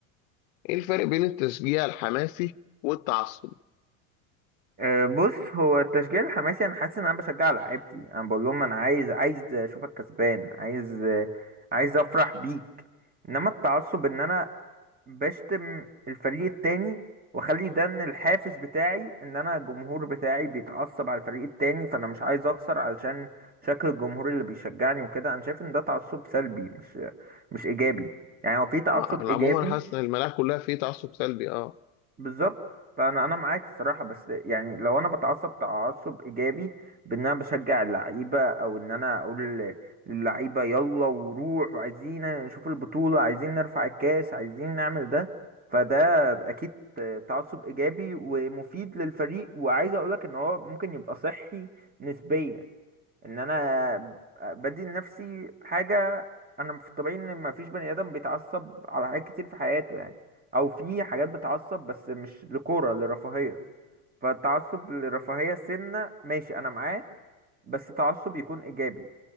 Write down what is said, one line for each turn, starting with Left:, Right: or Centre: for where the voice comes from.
Left: ايه الفرق بين التشجيع الحماسي والتعصب
Right: أه، بص هو التشجيع الحماسي انا حاسس ان انا بشجع لعيبتي انا بقول لهم انا عايز عايز اشوفك كسبان عايز عايز افرح بيك انما التعصب ان انا بشتم الفريق التاني واخلي ده ان الحافز بتاعي ان انا الجمهور بتاعي بيتعصب على الفريق التاني فانا مش عايز اخسر علشان شكل الجمهور اللي بيشجعني وكده انا شايف ان ده تعصب سلبي مش مش ايجابي يعني هو في تعصب
Left: آه، انا
Right: ايجابي
Left: عموما حاسس ان الملاعب كلها فيه تعصب سلبي اه
Right: بالظبط انا انا معاك الصراحه بس يعني لو انا بتعصب تعصب ايجابي بان انا بشجع اللعيبه او ان انا اقول للعيبه يلا وروح وعايزين نشوف البطوله عايزين نرفع الكاس عايزين نعمل ده فده اكيد تعصب ايجابي ومفيد للفريق وعايز اقولك ان هو ممكن يبقى صحي نسبيا ان انا بدي لنفسي حاجه انا في الطبيعي ان ما فيش بني ادم بيتعصب على حاجات كتير في حياته يعني او في حاجات بتعصب بس مش لكوره لرفاهيه فالتعصب لرفاهيه سنه ماشي انا معاه بس تعصب يكون ايجابي